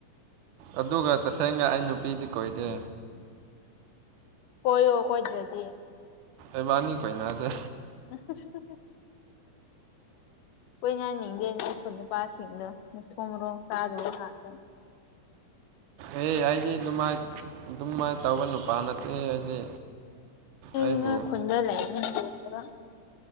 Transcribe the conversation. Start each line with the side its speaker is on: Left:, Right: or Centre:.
Right: ꯑꯗꯨꯒ ꯇꯁꯦꯡꯅ ꯑꯩ ꯅꯨꯄꯤꯗꯤ ꯀꯣꯏꯗꯦ
Left: ꯀꯣꯏꯑꯣ ꯀꯣꯏꯗꯔꯗꯤ
Right: ꯏꯕꯥꯅꯤ ꯀꯣꯏꯅꯥꯁꯦ
Left: <unintelligible> ꯀꯣꯏꯅꯅꯤꯡꯗꯦ ꯅꯣꯏ ꯈꯨꯟ ꯅꯨꯄꯥꯁꯤꯡꯗꯣ ꯃꯊꯣꯡ ꯃꯔꯣꯡ ꯆꯥꯗꯕ ꯉꯥꯛꯇꯅ
Right: ꯑꯦ ꯑꯩꯗꯤ ꯑꯗꯨꯃꯥꯏꯅ ꯑꯗꯨꯃꯥꯏꯅ ꯇꯧꯕ ꯅꯨꯄꯥ ꯅꯠꯇꯦ ꯑꯩꯗꯤ
Left: ꯑꯩꯅ
Right: ꯑꯩꯕꯨ
Left: ꯈꯨꯟꯗ ꯂꯩꯕ